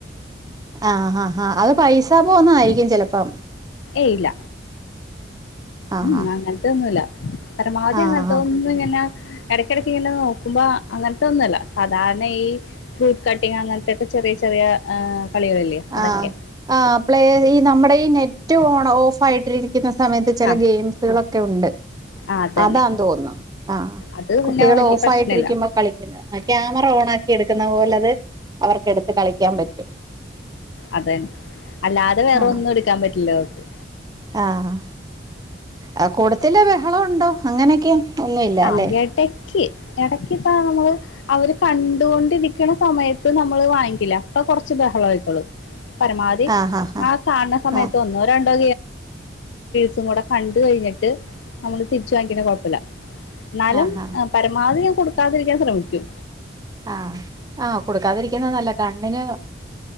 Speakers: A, on the right; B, on the left.
A: ആ അത് പൈസ പോന്നയിരിക്കും ചിലപ്പം
B: ഏല്ല
A: ആഹ്
B: ഉം അങ്ങനത്തൊന്നുമല്ല പരമാവധി
A: ആഹ്
B: അങ്ങനത്തൊന്നും ഇങ്ങനെ ഇടക്കടക്ക് ഇങ്ങനെ നോക്കുമ്പോ അങ്ങനത്തെ ഒന്നുമല്ല സാധാരണ ഈ ഫ്രൂട്ട് കട്ടിങ് അങ്ങനത്തെക്കെ ചെറിയ ചെറിയ ആ കളികളില്ലേ അതൊക്കെ
A: ആആ പ്ലേ ഈ നമ്മുടെ ഈ നെറ്റ് ഓൺ ഓഫ് ആയിട്ടി ക്കുന്ന സമയത്ത് ചില
B: ആ
A: ഗെയിംസുകളൊക്കെ ഉണ്ട്
B: ആ അതന്നെ
A: അതാ തോന്നുന്നു ആ
B: അത്
A: കുട്ടികൾ
B: പിന്നെ വലിയ
A: ഓഫ്
B: പ്രശ്നല്ല
A: ആയിട്ടിരിക്കുമ്പോൾ കളിക്കുന്നത് ആ ക്യാമറ ഓൺ ആക്കി എടുക്കുന്നത് പോലെ അത് അവർക്ക എടുത്ത് കളിക്കാൻ പറ്റും
B: അത തന്നെ അല്ലാതെ വേറെ
A: ആഹ്
B: ഒന്നും എടുക്കാൻ പറ്റില്ല അവക്ക്
A: ആഹ് ആ കൂടത്തില്ല ബഹളം ഉണ്ടോ അങ്ങനെയൊക്കെ ഒന്നുമില്ല
B: ആ
A: അല്ലേ
B: എടക്ക് ഇടക്കിപ്പ നമ്മള് അവര് കണ്ടുകൊണ്ടിരിക്കണ സമയത്ത് നമ്മള് വാങ്ങിക്കില്ല ഇപ്പ കുറച്ച് ബഹള ആയിക്കോളു പരമാവധി
A: ആഹ്
B: ആ കാണണ സമയത്തൊന്നോ
A: ആഹ്
B: രണ്ടോ സും കൂടെ കണ്ട കഴിഞ്ഞിട്ട് നമ്മള് തിരിച്ചു വാങ്ങിക്കണ്ട കുഴപ്പില്ല നലും
A: ആഹ് ആഹ് ആഹ്
B: പരമാവധി ഞാന് കൊടുക്കാതിരിക്കാൻ ശ്രമിക്കും
A: ആഹ ആഹ് കൊടുക്കാതിരിക്കുന്ന നല്ല കണ്ണിന്